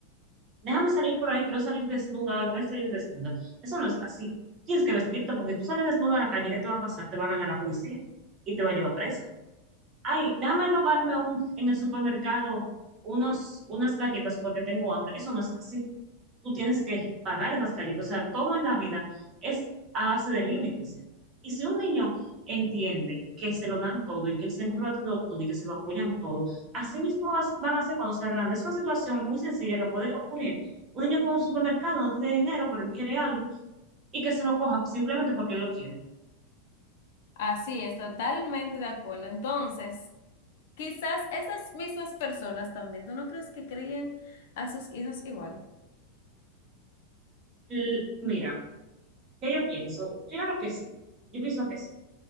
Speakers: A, on the right; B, on the left.
A: déjame salir por ahí, quiero salir desnuda, hoy voy a salir desnuda. Eso no es así. Tienes que vestirte porque tú sales desnuda a la calle, ¿qué te va a pasar? Te va a agarrar la policía y te va a llevar presa. Ay, dame robarme un, en el supermercado unos, unas galletas porque tengo hambre. Eso no es así. Tú tienes que pagar esas galletas. O sea, todo en la vida es a base de límites. Y si un niño entiende que se lo dan todo y que él siempre lo ha tenido todo y que se lo apoyan todo, así mismo vas- van a ser cuando sea grande. Es una situación muy sencilla que puede ocurrir. Un niño con un supermercado no tiene dinero, pero él quiere algo y que se lo coja simplemente porque él lo quiere.
B: así es, totalmente de acuerdo. Entonces, quizás estas mismas personas también, ¿tú no crees que creen a sus hijos igual?
A: L- mira. ¿Qué yo pienso? Claro que sí, yo pienso que sí.